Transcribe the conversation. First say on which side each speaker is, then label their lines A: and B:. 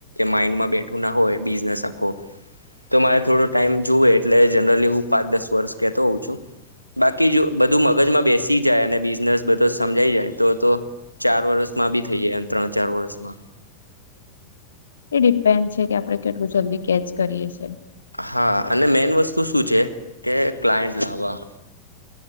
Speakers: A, on the right; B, on the left.
A: માઈન્ડમાં બેઠું ના હોય બીનેખો તો મારે થોડો ટાઈમ જોુવે એટલે જનરલી હું પાંચ દસ વર્ષ કેતો હોઉં છું બાકી જો બધું મગજમાં બેસી જાય અને બિઝનેસ બધ સમજાય જાય તો તો ચાર વર્ષમાં બી થઈ જાય એમ ત્રણ ચાર વર્ષમાં
B: એ ડિપેન્ડ છે કે આપડે કેટલું જલ્દી કેચ કરીએ છે.
A: હા અને મેન વસ્તુ શું છે કે ક્લાયન્ટ લાવવા